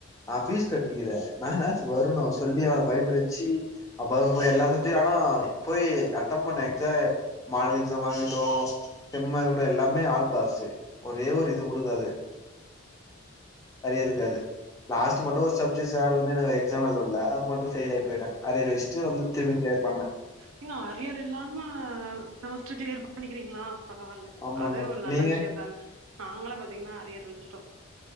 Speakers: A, on the left; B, on the right.
A: நா பீஸ் கட்டிக்கிற நா என்னச்சுகு வரணு சொல்லி அவன பயப்பட வெச்சி அப்றோ போய் எல்லாரு <unintelligible> ஆனா போய் அட்டம் பண்ண எக்ஸாமே மாடல் எக்ஸாமா ஆகட்டு செம்மா இருக்கடு எல்லாமே ஆள் பாசு ஒரே ஒரு இது குடுக்காது அரியர் இக்காது லாஸ்ட்டு மட்டு ஒரு சப்ஜெட் சார் வந்து எனக்கு எக்ஸாம் எழுத விடல அது மட்டு பைல் அயிட்டே அரியர் வெச் டு வந்து திரும்பி கிளியர் பண்ண
B: நீங்க அரியர் இல்லாம செமஸ்டர் கிளியர் பண்ணிக்கிறீங்ளா பரவால்ல
A: ஆமாங்க
B: அதே ஒரு நல்ல
A: நீங்க
B: விஷயோ தாங்க நாங்களா பாத்தீங்கன்னா அரியர் வெச்சிட்டோ